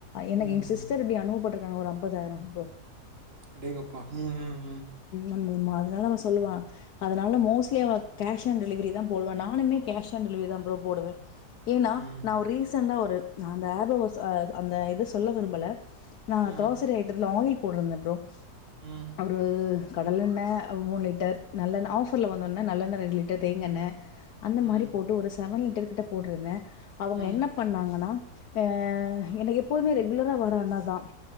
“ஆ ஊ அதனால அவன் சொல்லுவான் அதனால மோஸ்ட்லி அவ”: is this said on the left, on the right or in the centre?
Left